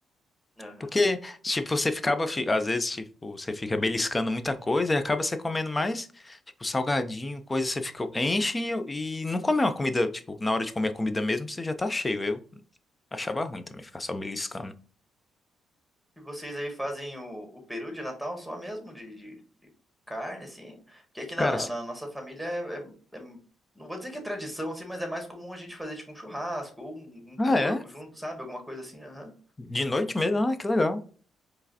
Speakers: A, in the centre; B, on the left.
A: Aham.
B: Porque, tipo, você ficava, fi- às vezes, tipo, você fica beliscando muita coisa e acaba você comendo mais, tipo, salgadinho, coisa, você fica, enche e, e não come uma comida, tipo, na hora de comer a comida mesmo, você já tá cheio. Eu achava ruim também ficar só beliscando.
A: E vocês aí fazem o, o peru de Natal só mesmo, de, de carne, assim? Porque aqui na,
B: Cara, s-
A: na nossa família é, é- é- Não vou dizer que é tradição, assim, mas é mais comum a gente fazer, tipo, um churrasco ou um, um
B: ah,
A: porco
B: é?
A: junto, sabe? Alguma coisa assim, aham.
B: De noite mesmo? Ah, que legal.